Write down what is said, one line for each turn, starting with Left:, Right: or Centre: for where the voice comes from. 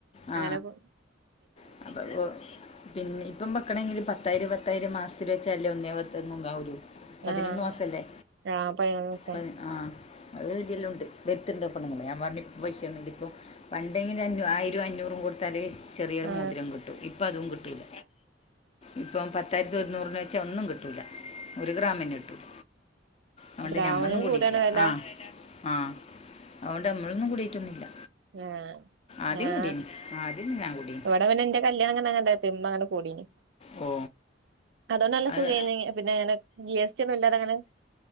Left: ആ
Right: അങ്ങനപ്പൊ.
Left: <unintelligible> പിന്നെ ഇപ്പം വെക്കണെങ്കില് പത്തായിരം പത്തായിരം മാസത്തിൽ വെച്ചാല്ലേ ഒന്നേപത്തെങ്ങും ആവുള്ളു പതിനൊന്ന്
Right: ആഹ്
Left: മാസല്ലേ
Right: ആ പതിനൊന്ന് ദിവസം
Left: പതി ആഹ്. അഹ് ഇടിയല്ലാം ഇണ്ട് വെര്ത്ത്ണ്ട് പെണങ്ങൾ ഞാൻ പറഞ് ഇപ്പ പൈഷ്യന്നുല്ല ഇപ്പം. പണ്ടെങ്കില് അഞ്ഞു ആയിരം അഞ്ഞൂറും കൊടുത്താല് ചെറിയൊരു
Right: ആ
Left: മു രം കിട്ടും ഇപ്പ അതും കിട്ടൂല ഇപ്പം പത്തായിരത്തി ഒര്ന്നൂറിന് വെച്ച ഒന്നും കിട്ടൂല. ഒരു ഗ്രാമന്ന കിട്ടൂല അതൊണ്ട്
Right: ഗ്രാമിനും
Left: ഞമ്മൊന്നും കൂടീട്ടില്ല
Right: കൂടാണ് വെല
Left: ആഹ്. ആഹ് അതൊണ്ട് നമ്മളൊന്നും കൂടീട്ടൊന്നുല്ല
Right: ആഹ്
Left: ആദ്യം
Right: ഞാൻ
Left: കൂടീനി. ആഹ് അതിന് ഞാൻ കൂടി.
Right: ഇവിടെ പിന്നെ ഇന്റെ കല്യാണം അങ്ങനെങ്ങനെ ഇമ്മ ഇങ്ങനെ കൂടീനി.
Left: ഓ
Right: അതോണ്ടല്ല
Left: അത്
Right: സുഖായിനി പിന്നെങ്ങെ ജി എസ് ടി ഒന്നും ഇല്ലാതെങ്ങനെ.